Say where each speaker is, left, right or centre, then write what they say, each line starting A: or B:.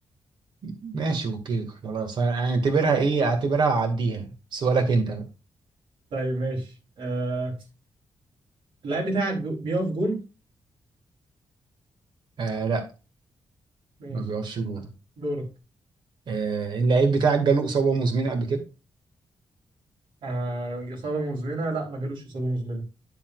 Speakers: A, on the right; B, on the right.
A: ماشي اوكي خلاص هنعتبرها ايه اعتبرها اعديها سؤالك انت
B: طيب ماشي آه... اللعيب بتاعك بي- بيقف جون
A: آه لا
B: ماشي
A: ما بيقفش جول
B: دورك
A: آه اللعيب بتاعك جاله اصابه مزمنه قبل كده
B: آه... إصابة مزمنة لا ما جالوش إصابة مزمنة